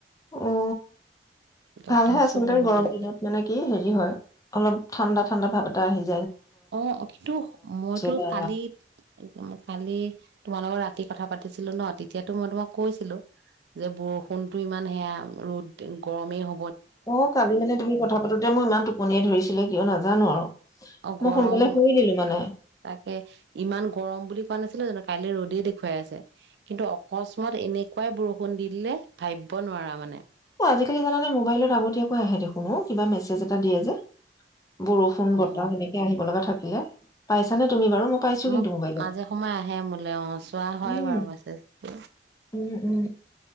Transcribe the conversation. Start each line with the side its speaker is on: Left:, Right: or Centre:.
Left: অ
Right: যথেষ্ট
Left: ভালহে আচলতে
Right: বৰষুণ
Left: গৰম
Right: দিছে
Left: দিনত মানে কি হেৰি হয় অলপ ঠাণ্ডা ঠাণ্ডা ভাৱ তাহিন।
Right: অ', কিন্তুহ মইতো
Left: বা
Right: কালি একদম মা কালি তোমালোকৰ লগত ৰাতি কথা পাতিছিলোঁ ন। তেতিয়াতো মই তোমাক কৈছিলো, যে বৰষুণতো ইমান সেয়া অ, ৰ'দ গৰমেই হ
Left: অ', কালি মানে তুমি কথা পাতোতে মোৰ ইমান টোপনিয়ে ধৰিছিলে। কিয় নাজানো আৰু
Right: অ',
Left: মই
Right: গৰম
Left: সোনকালে শুই দিলো
Right: তাকে
Left: মানে
Right: ইমান গৰম বুলি কোৱা নাছিলোঁ জানো কালি ৰ'দেই দেখুৱাই আছে। কিন্তু অকস্মাৎ এনেকুৱাই বৰষ ষুণ দি দিলে, ভাবিব নোৱাৰা মানে।
Left: অ', আজিকালি জানানে মোবাইলত আগতীয়াকৈ আহে দেখোন অ, কিবা মেছেজ এটা দিয়ে যে বৰষুণ, বতাহ
Right: অ
Left: এনেকে আহিব লগা থাক ইয়ে, পাইছা নে তুমি বাৰু মই পাইছোঁ
Right: মোক
Left: কিন্তু মোবাইলত।
Right: মাজে সময়ে আহে মোলে অ চোৱা হয়
Left: উম,
Right: বাৰু মেছেজটো
Left: উম উম